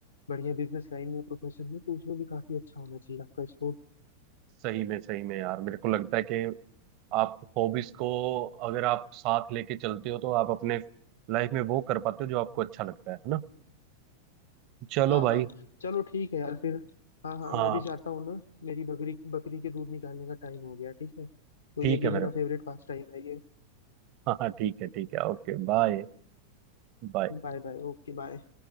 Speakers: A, on the left; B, on the right.
A: बढ़िया बिजनेस लाइन में या प्रोफेशन में तो उसमें भी काफी अच्छा होना चाहिए आपका स्कोप
B: सही में सही में यार मेरे को लगता है कि आप हॉबीज को अगर आप साथ लेके चलते हो तो आप अपने लाइफ में वो कर पाते हो जो आपको अच्छा लगता है है ना चलो
A: हाँ
B: भाई
A: हाँ चलो ठीक है यार फिर हाँ हाँ
B: हाँ
A: मैं भी जाता हूँ ना मेरी बकरी बकरी के दूध निकालने का टाइम हो गया ठीक है तो
B: ठीक
A: ये भी
B: है मेरे
A: मेरा
B: भाई
A: फेवरेट पास टाइम है ये
B: हाँ हाँ ठीक है ठीक है ओके बाय बाय
A: Bye bye okay bye